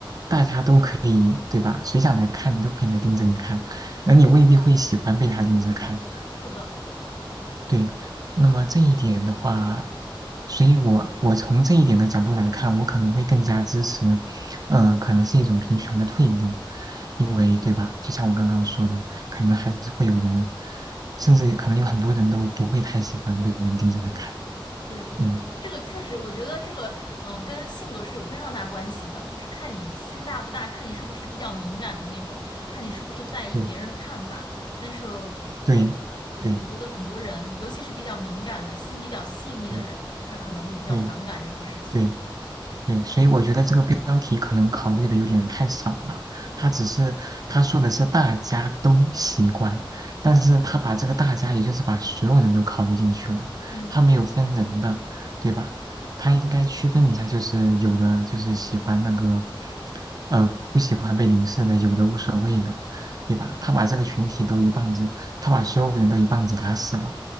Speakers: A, on the right; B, on the left.
A: 大家都可以，对吧？谁想来看你都可以来盯着你看，而你未必会喜欢被他盯着看。
B: 是的，是的，
A: 对，那么这一点的话，所以我我从这一点的角度来看，我可能会更加支持，呃，可能是一种平权的退步，因为对吧？
B: 嗯。
A: 就像我刚刚说的，可能还是会有人，甚至可能有很多人都不会太喜欢被人盯着看。
B: 对，我这个确实，
A: 嗯，
B: 我觉得这个，嗯、跟性格是有非常大关系的，就是看你心大不大，看你是不是比较敏感的那种，看你是不是在意别人的看法。
A: 对
B: 但是我我，
A: 对对
B: 对，我觉得很多人，尤其是比较敏感的心比较细腻的人，
A: 对
B: 他可能会比较反感这种事情。
A: 对对，对，所以我觉得这个标题可能考虑的有点太少了。他只是他说的是大家都习惯，但是他把这个大家，也就是把所有人都考虑进去了，
B: 嗯，
A: 他没有分人的，
B: 是的，
A: 对吧？他应该区分一下，就是有的就是喜欢那个，呃，不喜欢被凝视的，有的无所谓的，对吧？
B: 嗯。
A: 他把这个群体都一棒子，他把所有人都一棒子打死了，